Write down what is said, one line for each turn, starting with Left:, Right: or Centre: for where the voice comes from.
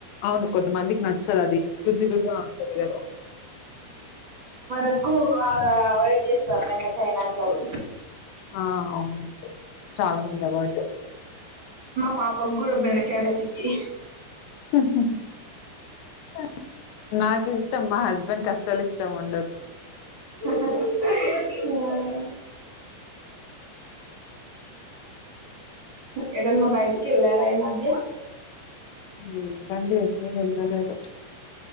Left: అవును కొంత మందికి నచ్చదది జిగురు జిగురుగా ఉంటది కదా
Right: నకు ఆ అవాయిడ్ చేస్తారు బెండకాయని అందరు
Left: ఆ అవునండి చాలా మంది అవాయిడ్ చేస్తారు
Right: పాపగూడా బెండకాయ అంటే పిచ్చి
Left: హహ తని నాకీష్టం మా హస్బెండ్ కి అస్సలిష్టం ఉండదు
Right: మ్మ్ ఏడన్నా బయటికెళ్ళారా ఈ మధ్య
Left: లేదండి ఏటు వెళ్ళలేదు